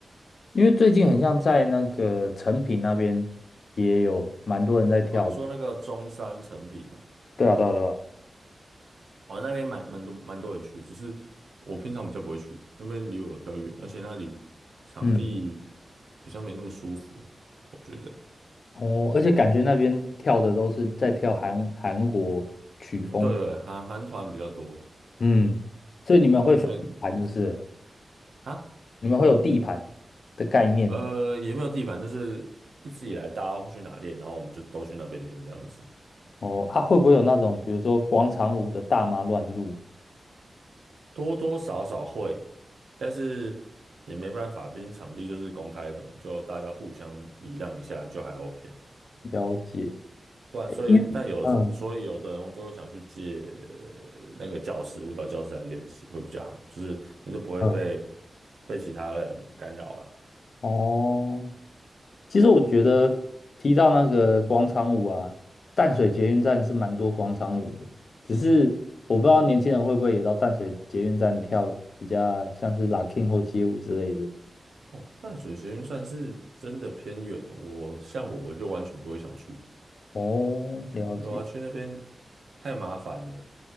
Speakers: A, on the left; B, on the right.
A: 因为最近很像在那个成品那边也有蛮多人在跳的。
B: 哦，你说那个中山成品哦。
A: 对啊，对啊，对啊。
B: 哦，那边蛮蛮多蛮多人去，只是我平常比较不会去，那边离我比较远，而且那里场地
A: 嗯，
B: 比较没那么舒服，我觉得。
A: 哦，而且感觉那边跳的都是在跳韩韩国曲风。
B: 哦对对了韩韩团比较多，
A: 嗯，所以你们会分地盘就是了
B: 对，所以啊，
A: 你们会有地盘的概念。
B: 呃，也没有地盘，就是一直以来大家会去哪练，然后我们就都去那边练这样子，
A: 哦，啊，会不会有那种比如说广场舞的大妈乱入？
B: 多多少少会，但是也没办法，毕竟场地就是公开的嘛，就大家互相礼让一下就还 OK。
A: 了解。
B: 不然，所以但有所以有的人就会想去借
A: 因为嗯，
B: 呃那个教室，舞蹈教室来练习会比较好，就是你就不会被
A: 嗯，
B: 被其他人干扰了。
A: 哦，其实我觉得提到那个广场舞啊，淡水捷运站是蛮多广场舞的，只是我不知道年轻人会不会也到淡水捷运站跳比较像是 locking 或街舞之类的。
B: 哦，淡水捷运站是真的偏远哦，我像我我就完全不会想去，
A: 哦，了解。
B: 对啊，去那边太麻烦了。